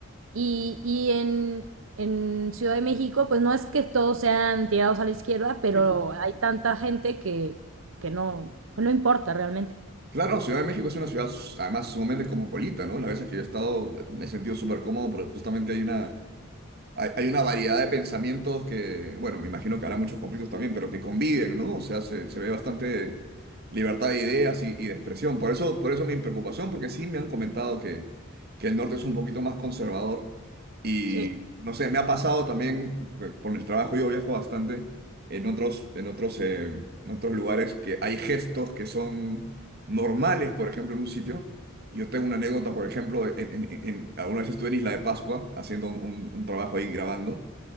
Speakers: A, on the right (about 75°); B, on the right (about 50°).
A: Y, y en, en Ciudad de México, pues no es que todos sean tirados a la izquierda, pero
B: Sí, sí.
A: hay tanta gente que, que no, que no importa realmente.
B: Claro, Ciudad de México es una ciudad s- además sumamente cosmopolita, ¿no? Las veces que yo he estado eh, me he sentido súper cómodo porque justamente hay una, Hay, hay una variedad de pensamientos que, bueno, me imagino que habrá muchos conflictos también, pero que conviven, ¿no? O sea, se, se ve bastante libertad de ideas y, y de expresión. Por eso, por eso mi preocupación, porque sí me han comentado que, que el norte es un poquito más conservador. Y
A: Sí,
B: no sé, me ha pasado también, porque por mi trabajo yo viajo bastante en otros, en otros, eh, en otros lugares que hay gestos que son normales, por ejemplo, en un sitio. Y Yo tengo una anécdota, por ejemplo, en, en- en- alguna vez estuve en Isla de Pascua haciendo un, un trabajo ahí grabando